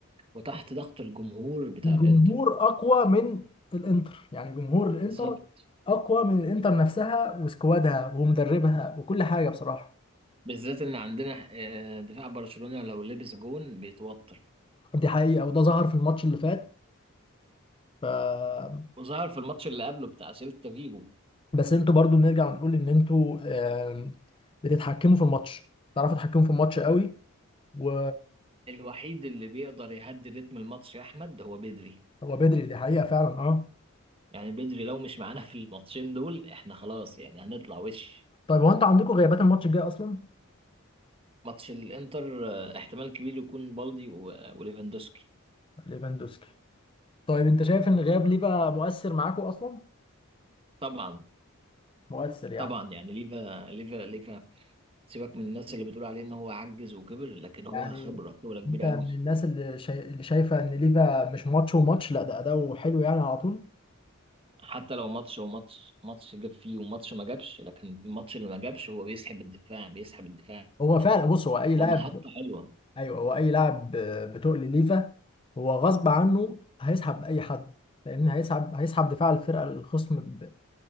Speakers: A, on the right; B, on the left.
A: وتحت ضغط الجمهور بتاع
B: الجمهور
A: الانتر
B: اقوى من الانتر يعني جمهور الانتر
A: بالظبط
B: اقوى من الانتر نفسها وسكوادها ومدربها وكل حاجة بصراحة
A: بالذات ان عندنا آه، دفاع برشلونة لو لبس جون بيتوتر
B: دي حقيقة وده ظهر في الماتش اللي فات ف
A: وظهر في الماتش اللي قبله بتاع سيلتا فيجو
B: بس انتوا برضو نرجع نقول ان انتوا آم، بتتحكموا في الماتش تعرفوا تتحكموا في الماتش قوي و
A: الوحيد اللي بيقدر يهدي رتم الماتش يا احمد هو بدري
B: هو بدري دي حقيقة فعلا اه
A: يعني بدري لو مش معانا في الماتشين دول احنا خلاص يعني هنطلع وش
B: طيب هو انتوا عندكم غيابات الماتش الجاي اصلا
A: ماتش الانتر آه، احتمال كبير يكون بالدي و- وليفاندوسكي
B: ليفاندوسكي طيب انت شايف ان الغياب ليه بقى مؤثر معاكم اصلا
A: طبعا
B: مؤثر يعني
A: طبعا يعني ليفا ليفا ليفا سيبك من الناس اللي بتقول عليه ان هو عجز وكبر لكن هو
B: يعني
A: خبرة خبرة كبيرة
B: انت من
A: قوي
B: الناس اللي, شا... اللي شايفة ان ليفا مش ماتش وماتش لا ده اداؤه حلو يعني على طول
A: حتى لو ماتش هو ماتش ماتش جاب فيه وماتش ما جابش لكن الماتش اللي ما جابش هو بيسحب الدفاع بيسحب الدفاع
B: هو فعلا بص هو اي لاعب
A: هو محطة حلوة
B: ايوه هو اي لاعب بتقل ليفا هو غصب عنه هيسحب اي حد لان هيسحب هيسحب دفاع الفرقه الخصم ب...